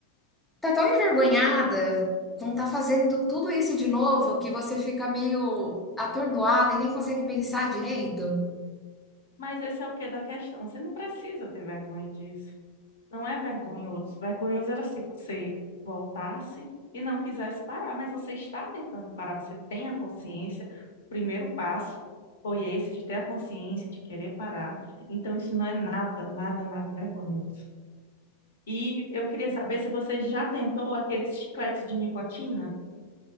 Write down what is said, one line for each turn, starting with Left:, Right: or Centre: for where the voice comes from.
Centre: tá tão envergonhada com tá fazendo tudo isso de novo que você fica meio atordoada e nem consegue pensar direito?
Left: mas esse é o quê da questão. Você não precisa ter vergonha disso. Não é vergonhoso. Vergonhoso era se você voltasse e não quisesse parar, mas você está tentando parar, você tem a consciência. O primeiro passo foi esse, de ter a consciência, de querer parar. Então, isso não é nada, nada, nada vergonhoso. E eu queria saber se você já tentou aqueles chicletes de nicotina.